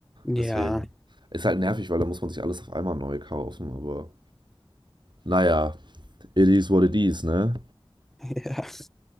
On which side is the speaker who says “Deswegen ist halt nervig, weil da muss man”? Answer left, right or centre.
Right